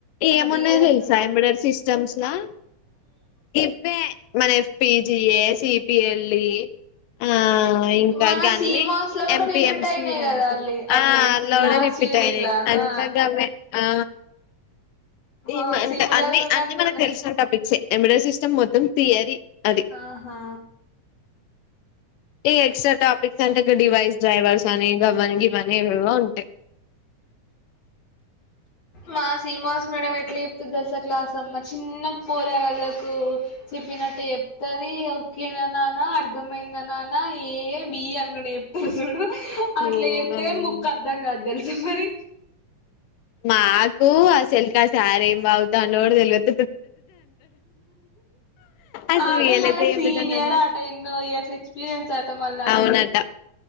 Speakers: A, on the left; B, on the left.
A: ఏమున్నయ్
B: డిఎస్
A: తెలుసా ఏంబడే సిస్టమ్స్ లా గివ్వే మన పిజిఏ సిపిఎల్ ఇ ఆ ఇంక
B: మన
A: గన్ని
B: సిమాస్ లో కూడా
A: ఎంపీఎంస
B: రిపీట్ అయినాయి
A: లాంటిది
B: కదా అల్లి అవి
A: ఆ అల్ల
B: లాస్ట్
A: గుడ రిపీట్
B: యూనిట్ల
A: అయినయ్ ఎంతగావ్వే
B: ఆ
A: ఆ ఏమంటే
B: ఓ సిమిలర్గా
A: అన్ని
B: ఉన్నట్టున్నాయి
A: అన్ని మనకు తెలిసిన టాపిక్సే ఎమిడో సిస్టమ్ మొత్తం థియరీ అది
B: ఆహా
A: ఇగ ఎక్సట్రా టోపిక్స్ అంటే గ డైవైజ్ డైవర్స్ని గవ్వని గివ్వని ఏవేవో ఉంటాయ్
B: మా సీనమాస్ మేడం ఎట్లా చెప్తే గట్ల క్లా సమ్మ చిన్న పోరగాళ్ళకు చెప్పినట్టు చెప్తది ఓకేననా అర్థమైంద నాన్న ఏ బి అనుకుంట చెప్తారు చూడు
A: ఓ
B: అట్లా చెప్తది
A: అమ్మో
B: కానీ ముక్కు అర్థం కాదు తెల్ సా మరి
A: నాకు ఆసెల్కి ఆ సార్ ఏం వాగ్గుతాండో కూడ తెల్వద్ అసలు
B: ఆమె
A: రియలైజ్
B: మళ్ళా
A: చేయబిడ్డోలందరూ
B: సీనియర్ ఆట ఎన్నో ఇయ క్స్పీరియన్స్ అట మళ్ళా ఆమెకు
A: అవునంట